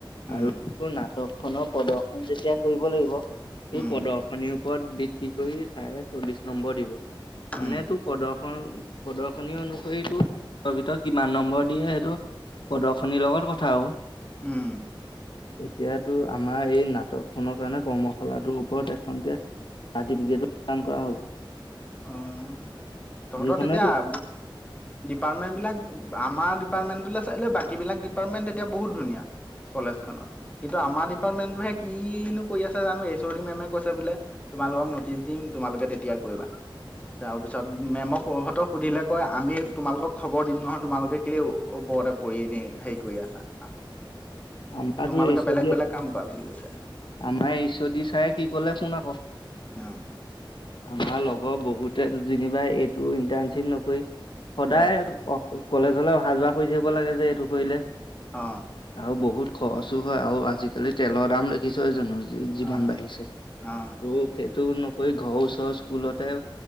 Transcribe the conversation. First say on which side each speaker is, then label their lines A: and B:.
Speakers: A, on the left; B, on the left.
A: উম,
B: আৰু নাট টকখনৰ প্ৰদৰ্শন যেতিয়া কৰিব লাগিব, ত'
A: উম,
B: প্ৰদৰ্শনী পদ ভিত্তি কৰি চাৰে, চল্লিশ নম্বৰ দিব।
A: উম,
B: মানে তোৰ প্ৰদৰ্শন প্ৰদৰ্শনী অনুসৰি তোৰ বিছৰ ভিতৰত কিমান নম্বৰ দিয়ে, সেইটো প্ৰদৰ্শনীৰ লগত কথা আৰু।
A: উম।
B: এতিয়া তোৰ আমাৰ এই নাটক খনৰ কাৰণে, কৰ্মশালাটোৰ ওপৰত এখনকে চাৰ্টিফিকেটো প্ৰদান কৰা হ'ব।
A: অ' তহঁতৰ
B: যিখনেতো
A: তেতিয়া আ ডিপাৰ্টমেন্ট বিলাক, আমাৰ ডিপাৰ্টমেণ্টলৈ চাই লৈ বাকীবিলাক ডিপাৰ্টমেন্ট তেতিয়া বহুত ধুনীয়া। কলেজ খনত, কিন্তু আমাৰ ডিপাৰ্টমেন্টটোহে কিনো কৰি আছে জানো, এইচঅডি মেমে কৈছে বোলে তোমালোকক নটিচ দিম, তোমালোকে তেতিয়া কৰিবা। তাৰপিছত মেমক সহঁতক সুধিলে কয়, আমি তোমালোকক খবৰ দিম নহয়। তোমালোকে‌ কেলেই ও-ওপৰতে পৰি এনে হেৰি কৰি আছা, আ
B: আমাৰতো
A: তোমালোকে
B: এইচ
A: বেলেগ
B: অ' দিয়ে
A: বেলেগ কাম কৰা বুলি কৈছে।
B: আমাৰ এইচঅদি ছাৰে কি ক'লে শুন আকৌ
A: অ'।
B: আমাৰ লগৰ বহুতে যেনিবা এইটো ইণ্টাৰ্নশ্বিপ নকৰি, সদায়ে
A: অ
B: অ', ক-কলেজলে অহা যোৱা কৰি থাকিব লাগে যে এইটো কৰিলে।
A: অ'।
B: আৰু বহুত খৰচো হয়, আৰু আজিকালি তেলৰ দাম দেখিছই জানো। যি-যিমান
A: অ
B: বাঢ়িছে। ত'
A: অ
B: সেইটো ন কৰি ঘৰৰ ওচৰৰ স্কুলতে